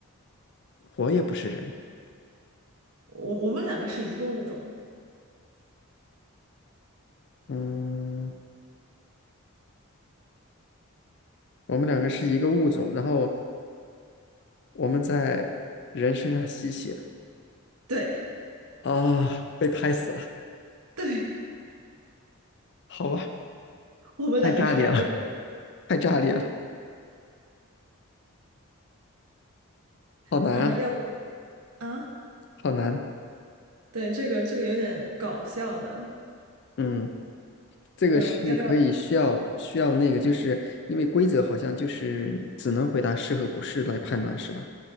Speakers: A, on the left; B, on the right.
A: 我也不是人。
B: 我我们两个是一个物种。
A: 嗯，我们两个是一个物种，然后我们在人身上吸血。
B: 对
A: 啊，被拍死了，
B: <laughs> 对，
A: 好吧，
B: 我们两个是两只本。
A: 太炸裂了，太炸裂了，好难啊，
B: 嗯、要不啊？
A: 好难。
B: 对，这个这个有点搞笑的。
A: 嗯，这个是可以需要需要那个，
B: 嗯、要不要？
A: 就是因为规则好像就是只能回答是和不是来判断，是吧